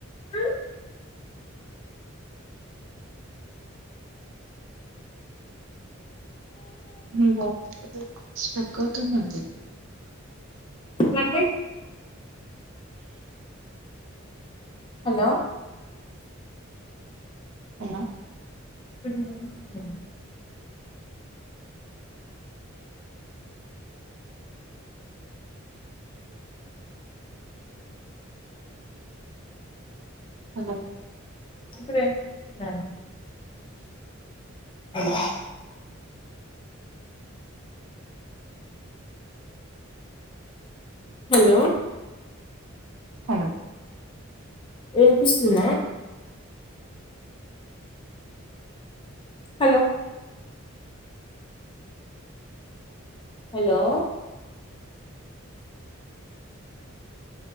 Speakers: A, on the left (about 25°); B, on the right (about 70°).
A: ఆ
B: మీ వాయిస్ స్ట్రక్ అవుతుందండి.
A: One day hello!
B: అవున
A: మీరు ఏం చేస్తున్నరు?
B: హలో
A: ఇప్పుడ్ ఏం చేస్తున్నార్ <unintelligible> హలో!
B: హలో
A: విన్పిస్తుందా? Hello! Hello!